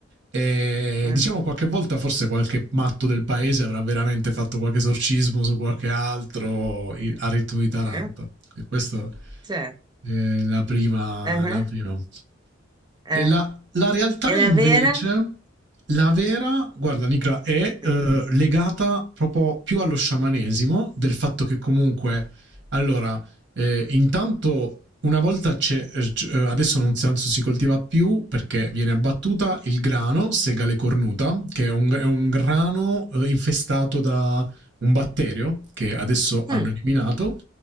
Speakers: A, on the right; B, on the right.
A: E
B: Eh,
A: diciamo qualche volta forse qualche matto del paese avrà veramente fatto qualche esorcismo su qualche altro a ritmo di Taranto.
B: eh,
A: E questa
B: Certo.
A: è la prima.
B: ah,
A: La prima.
B: ah.
A: E la la realtà
B: E la
A: invece,
B: vera?
A: la vera, guarda Nicola, è eh,
B: Mm.
A: legata proprio più allo sciamanesimo, del fatto che comunque, allora, eh, intanto una volta c'è, eh, adesso non si, anzi, si coltiva più perché viene abbattuta il grano, segale cornuta, che è un, è un grano eh, infestato da un batterio che adesso hanno
B: Mm,
A: eliminato,